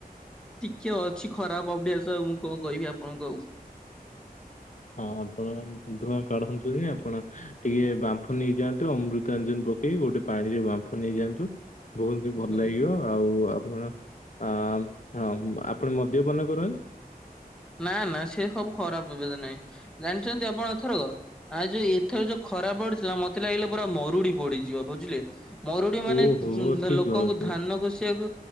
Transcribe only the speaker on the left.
ହଁ ଆପଣ ଧୂଆଁ କାଢନ୍ତୁନି ଆପଣ ଟିକେ ବାମ୍ଫ ନେଇଯାଆନ୍ତୁ ଅମୃତାଞ୍ଜନ୍ ପକେଇ ଗୋଟେ ପାଣିରେ ବାମ୍ଫ ନେଇଯାଆନ୍ତୁ। ବହୁତ ହି
ଭଲ ଲାଗିବ ଆଉ ଆପଣ ଆ ହଁ ଆପଣ ମଦ୍ୟପାନ କରନ୍?
ହଁ ଓହୋ ଠିକ
ଭାବୁଥିଲେ